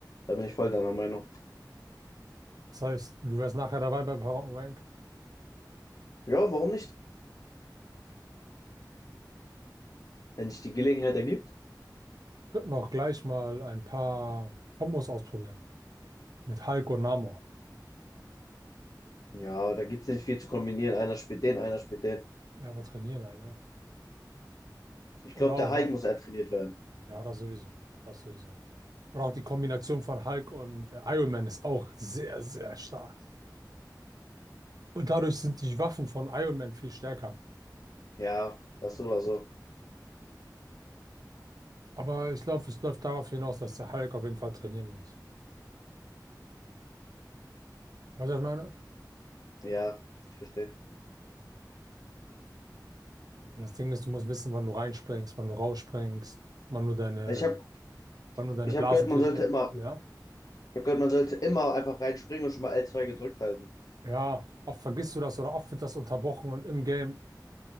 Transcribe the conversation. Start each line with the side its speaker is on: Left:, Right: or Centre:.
Left: Da bin ich voll deiner Meinung.
Right: Das heißt, du wärst nachher dabei bei Power und Wank.
Left: Ja, warum nicht? Wenn sich die Gelegenheit ergibt.
Right: Könnten auch gleich mal ein paar Kombos ausprobieren. Mit Hulk und Namor.
Left: Ja, da gibt es nicht viel zu kombinieren. Einer spielt den, einer spielt den.
Right: Ja, aber trainieren halt, ne?
Left: Ich
Right: Oder
Left: glaube,
Right: auch,
Left: der Hype muss trainiert werden.
Right: ja, das sowieso. Das sowieso. Oder auch die Kombination von Hulk und äh, Iron Man ist auch sehr, sehr stark. Und dadurch sind die Waffen von Iron Man viel stärker.
Left: Ja, das so oder so.
Right: Aber ich glaube, es läuft darauf hinaus, dass der Hulk auf jeden Fall trainieren muss. Weißt du, was ich meine?
Left: Ja, ich verstehe.
Right: Und das Ding ist, du musst wissen, wann du reinspringst, wann du rausspringst, wann du deine,
Left: Also ich habe
Right: wann du deine
Left: ich
Right: Blasenfähigkeit.
Left: hab gehört, man sollte immer,
Right: Ja.
Left: ich hab gehört, man sollte immer einfach reinspringen und schon mal l zwei gedrückt halten.
Right: Ja. Oft vergisst du das oder oft wird das unterbrochen und im Game,